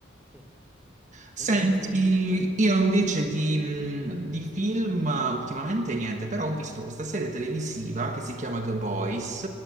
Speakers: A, in the centre; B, on the right.
A: Mm.
B: Senti,
A: Invece te che...
B: io invece di, mh, di film eh, ultimamente niente, però ho visto questa serie televisiva che si chiama The Boys,